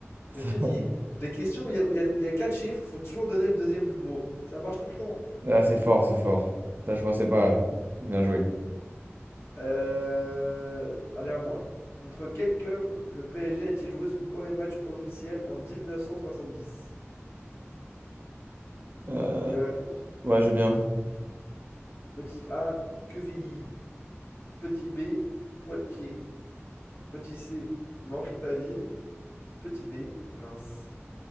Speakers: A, on the right; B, on the left.
A: <laughs>
B: Mais je te dis, les questions où il y a, où il y a, où il y a 4 chiffres, faut toujours donner le deuxième plus gros. Ça marche tout le temps.
A: là c'est fort, c'est fort. Ça, je pensais pas. Bien joué.
B: Heu, allez à moi. Contre quel club le PSG a-t-il joué son premier match officiel en 1970?
A: Euh,
B: Tu veux la réponse?
A: ouais, je veux bien.
B: Petit A, Quevilly. Petit B, Poitiers. Petit C, Mantes-la-Ville. Petit D, Reims.